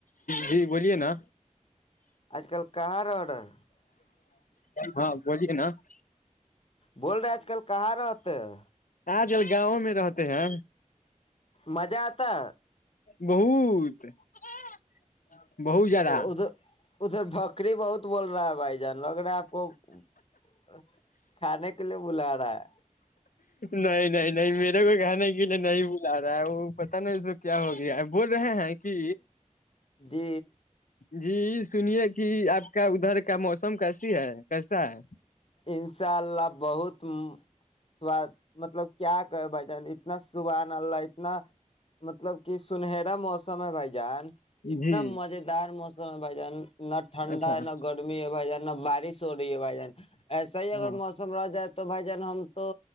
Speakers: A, on the left; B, on the left.
A: جی بولیے نا
B: آج کل کہاں <inaudible> ر آڈ ہے
A: ہاں بولی ہے نا <inaudible>
B: بول رہے ہیں آج کل کہاں رہتے ہے
A: آ جل گاؤوں میں رہتے ہیں
B: مزہ آتا
A: بہت <inaudible> بہت زیادہ
B: ادھر ادھر بکری بہت بول رہا بائی جان لوگ رہا ہے آپ کو <inaudible> کھانے کے لیے بلا رہا ہے
A: نہیں نہیں نہیں میرے کو کہاان کہ لے نہیں وہ <inaudible> جا رہا ہے وہ پتا نا اس وق کیا ہو گیا ہے بول رہے ہیں کہ
B: جی
A: جی سنیے کہ آپ کا ادھر کا موسم کیسی ہے کیسا ہے
B: ان شاء اللہ بہت سواد مطلب کیا کہ بھ جان اتنا سبحان اللہا اتنا مطلب کہ سنہرا موسم ہے بھائی جان
A: ہے
B: اتنا
A: جی
B: مز دار م س بھ جان نہ ٹھنڈا
A: اچھا
B: ہے نہ گرمی ہے بھائی جان نہ بارش ہو رہی ہے بائی جان ایسا
A: ہاں
B: ہی اگر موسم رہ جائے تو تو بائی جان ہم تو